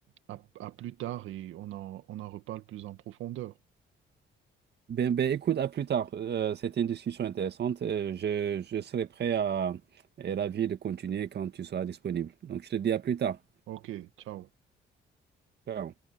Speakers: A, on the right; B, on the right.
A: à, à plus tard et on en, on en reparle plus en profondeur.
B: Ben, ben, écoute, à plus tard. Euh, c'était une discussion intéressante. Euh, je, je serai prêt à... et ravi de continuer quand tu seras disponible. Donc, je te dis à plus tard.
A: Ok, ciao.
B: Ciao.